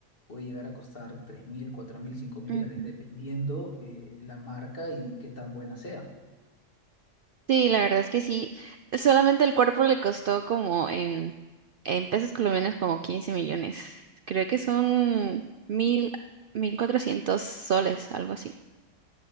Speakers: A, on the left; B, on the right.
A: puede llegar a costar tres mil, cuatro mil, cinco mil
B: Ujú.
A: dólares dependiendo eh, la marca y qué tan buena sea.
B: Sí, la verdad es que sí. Solamente el cuerpo le costó como en, en pesos colombianos como quince millones. Creo que son mil, mil cuatrocientos soles, algo así.